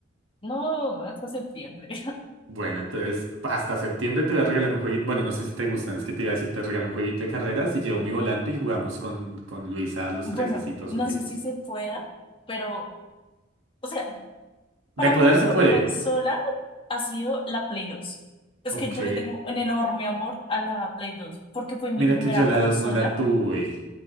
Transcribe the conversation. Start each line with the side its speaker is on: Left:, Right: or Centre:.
Left: no, hasta septiembre. <laughs>
Right: Bueno, entonces hasta septiembre te voy a regalar un jueguito. Bueno, no sé si te gustan, es que te iba a decir, te regalo un jueguito de carreras y llevo mi volante y jugamos con, con Luisa, los
Left: Bueno,
Right: tres así, todos
Left: no
Right: junticos.
Left: sé si se pueda, pero, o sea, Para
Right: De poder
Left: mí la mejor
Right: se puede.
Left: consola ha sido la Play dos Es
Right: Ok.
Left: que yo le tengo un enorme amor a la Play 2 porque fue mi
Right: Mira
Left: primera
Right: que yo la
Left: consola.
Right: 2 no la tuve.